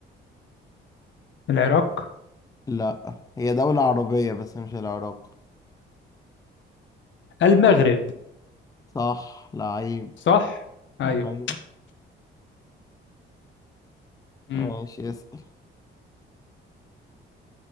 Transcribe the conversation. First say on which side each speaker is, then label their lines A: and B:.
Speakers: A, on the left (about 70°); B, on the left (about 15°).
A: العراق
B: لأ هي دولة عربية بس مش العراق
A: المغرب
B: صح لعيب
A: صح أيوة
B: لعيب
A: أمم
B: ماشي اسأل